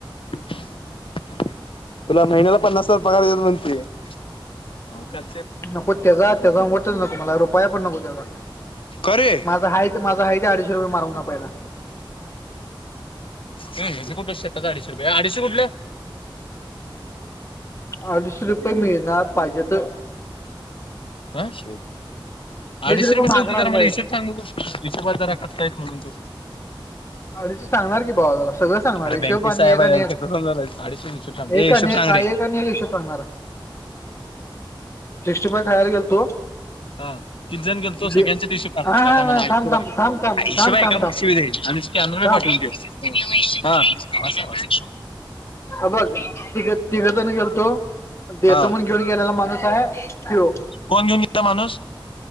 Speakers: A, on the left; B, on the left.
A: तुला महिन्याला पन्नास हजार पगार देतात म्हण की,
B: नको त्याचा त्याचा वटच नको मला, रुपया पण नको त्याचा,
A: का रे?
B: माझा हाय माझा आहे ते अडीशे रुपय मार म्हणाव पहिला.
A: हेच कुठलं शेताचं, अडीचशे रुपये ये अडीचशे कुठलं?
B: अडीचशे रुपये मिळणार पाहिजे तर
A: ह शे अडीचशे
B: रुपये
A: रुपयेच
B: माघारायला
A: होते, तर
B: पाहिजे
A: मला हिशोब सांग बघु. हिशोबात जरा कचा आहेस म्हणून तू.
B: अडीशे सांगणार की भावा तुला सगळं सांगणार,
A: अरे
B: हिशोब
A: बँकेत
B: आणि
A: साहेब
B: एक
A: आहे
B: आणि
A: बँकेत
B: एक
A: कसं झालंय अडीचशे हिशोब सांग ए
B: एक
A: हिशोब
B: आणि
A: सांग
B: एक,
A: रे
B: एक आणि एक हिशोब सांगणार. सिक्स्टीफाय खायला गेलतो
A: हा किती जण गेलतो
B: बी
A: सगळ्यांचा हिशोब काढायचं
B: हा हा
A: आता
B: हा
A: मला हिशोब,
B: थांब थांब
A: अरे
B: थांब थांब
A: हिशोब
B: थांब
A: एका
B: थांब
A: फक्त
B: थांब
A: मग शिवी द्यायचं स्कॅनर
B: थांब
A: वर पाठवून ठेव, हा आवाज आवाज
B: अ बघ तिघ तिघंजण गेलतो,
A: हा
B: देतो म्हणुन घेऊन गेलेला माणूस आहे ज्यो
A: कोण घेऊन गेला माणूस